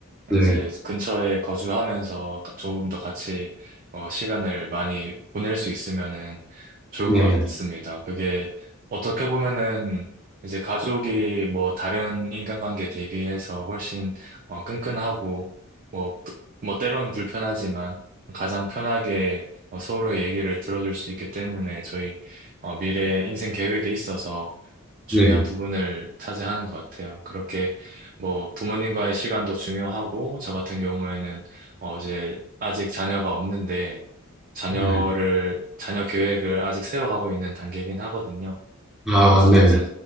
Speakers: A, in the centre; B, on the right (about 40°).
A: 네,
B: 이제 근처에 거주하면서 가- 조금 더 같이 어, 시간을 많이 보낼 수 있으면은 좋을
A: 네,
B: 것 같습니다. 그게 어떻게 보면은 이제 가족이 뭐 다른 인간관계 대비해서 훨씬 어, 끈끈하고 뭐, 부- 뭐 때로는 불편하지만 가장 편하게 어, 서로의 얘기를 들어줄 수 있기 때문에 저희 어, 미래 인생 계획에 있어서 중요한
A: 네,
B: 부분을 차지하는 것 같아요. 그렇게 뭐 부모님과의 시간도 중요하고 저 같은 경우에는 어 이제 아직 자녀가 없는데 자녀를
A: 네.
B: 자녀 계획을 아직 세워가고 있는 단계이긴 하거든요.
A: 아,
B: 그래서
A: 네,
B: 이제